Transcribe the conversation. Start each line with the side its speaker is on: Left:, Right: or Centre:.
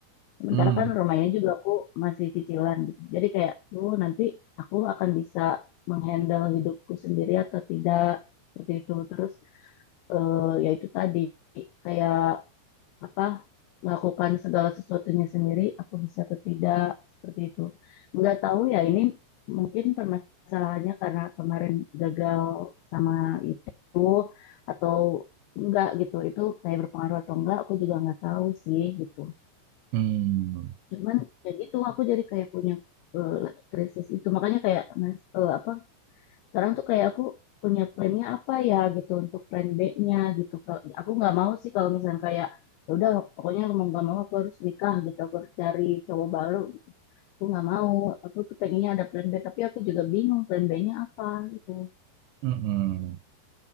Left: Sementara
Right: Mm.
Left: kan rumah ini juga aku masih cicilan gitu. Jadi kayak, tuh nanti aku akan bisa menghandle hidupku sendiri atau tidak seperti itu. Terus eh, ya itu tadi kayak apa melakukan segala sesuatunya sendiri, aku bisa atau tidak seperti itu. Nggak tahu ya ini mungkin permasalahannya karena kemarin gagal sama itu atau enggak gitu. Itu kayak berpengaruh atau enggak, aku juga nggak tahu sih gitu
Right: Mm.
Left: cuman ya gitu aku jadi kayak punya eh, krisis itu makanya kayak nas- eh, apa sekarang tuh kayak aku punya plannya apa ya gitu untuk plan B-nya gitu Kalau- aku nggak mau sih kalau misalnya kayak "Ya udah pokoknya mau nggak mau aku harus nikah gitu aku harus cari cowok baru aku nggak mau aku tuh pengennya ada plan B tapi aku juga bingung plan B-nya apa gitu
Right: Mm-mm.